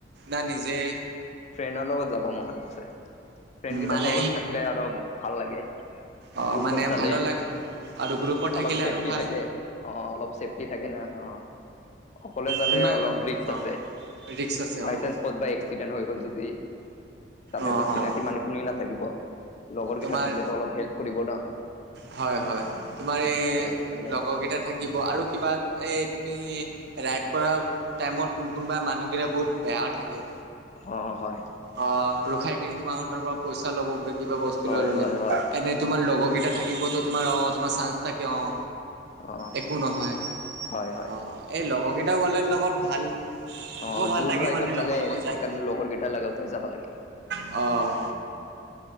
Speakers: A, on the right (about 65°); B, on the left (about 40°).
A: না নিজে?
B: ফ্ৰেণ্ডৰ লগত যাব মন আছে, ফ্ৰেণ্ড কেইটাৰ
A: মানে
B: লগত থাকলে আৰু ভাল লাগে।
A: অ'
B: গ্ৰুপত
A: মানে
B: যালে
A: ভালো লাগে। আৰু গ্ৰুপত
B: অলপ
A: থাকিলে
B: চেফটি
A: আৰু ভাল
B: থাকে অ' অলপ চেফটি থাকে না অ'। অকলে জালে
A: কোনোবা
B: অলপ ৰিক্স
A: অ'।
B: আছে,
A: ৰিক্স আছে অ',
B: বাইচাঞ্চ ক'তবা এক এক্সিডেণ্টত হৈ গ'ল যদি তাতেতো
A: অ',
B: চিনাকি
A: অ',
B: মানুহ কোনোৱে নাথাকিব। লগৰ কেইটা
A: তোমাৰ
B: থাকিলেতো অলপ হেল্প কৰিব ন
A: হয়, হয়, তোমাৰ এই
B: অ সেইকাৰণে
A: লগৰকেইটাত থাকিব, আৰু কিবা এই তুমি ৰাইড কৰা টাইমত কোন কোনোবা মানুহগিতা বহুত বেয়াও থাকে।
B: অ', হয়।
A: অ', ৰখাই পিনি তোমাৰাহতৰ পৰা পইচা ল'ব কিবা বস্তু
B: হয়
A: লৈ ল'লে।
B: হয় হয়
A: এনে তোমাৰ লগৰ কেইটা থাকিবতো তোমাৰ অ', তোমাৰ চান্স থাকে অ'।
B: অ
A: একো নহয়,
B: হয় হয়
A: অ', এই লগৰকেইটা গ'লে লগত ভাল। মোকো
B: অ',
A: ভাল
B: দূৰ
A: লাগে
B: ৰাইডত
A: মানে
B: যালে,
A: লগৰ লগত যায়
B: এইকাৰণে লগৰ কেইটা লগত যাবা লাগে।
A: অ'।